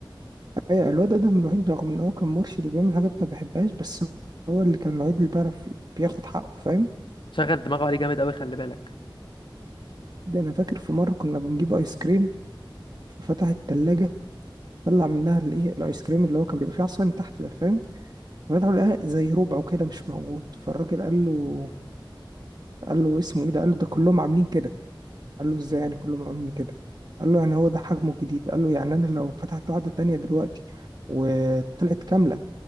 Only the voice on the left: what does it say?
<laughs> شغل دماغه عليه جامد قوي خلي بالك